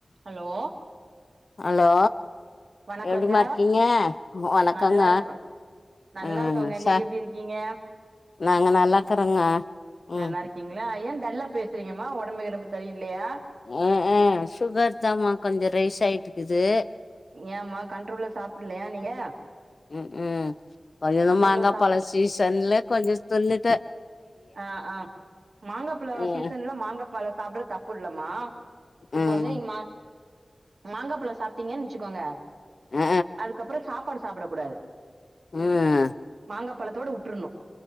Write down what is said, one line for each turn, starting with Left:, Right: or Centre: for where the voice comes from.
Right: hello
Left: hello
Right: வணக்கங்க
Left: எப்டிமா இருக்கீங்க வணக்கங்க
Right: நல்லா இருக்கோ நல்லா
Left: ஆ
Right: இருக்கோங்க
Left: சார்
Right: நீங்க எப்டி இருக்கீங்க
Left: நாங்க நல்லாக்கறோங்க ம்
Right: நல்லா இருக்கீங்களா ஏன் டல்லா பேசுறீங்க மா ஒடம்பு கிடம்பு சரியில்லையா
Left: ஆ ஆ சுகர் தாம்மா கொஞ்ச ரைஸ் ஆயிட்டுருக்குது
Right: ஏம்மா கண்ட்ரோல்ல சாப்புல்லையா நீங்க
Left: ம்ஹு கொஞ்ச இது
Right: கண்ட்ரோலா
Left: மாங்கா
Right: சாப்
Left: பழ சீசன்ல கொஞ்ச தின்னுட்ட
Right: ஆ ஆ மாங்கப்பழ
Left: ம்
Right: சீசன்ல மாங்கப்பழ சாப்புட்றது தப்பு இல்லம்மா
Left: ம்
Right: இப்போ வந்து நீங்க மா மாங்கா பழோ சாப்ட்டீங்கன்னு வச்சுக்கோங்க
Left: ஆ
Right: அதுக்கப்புற சாப்பாடு சாப்புடக் கூடாது
Left: ம்
Right: மாங்கா பழத்தோட உட்ருணு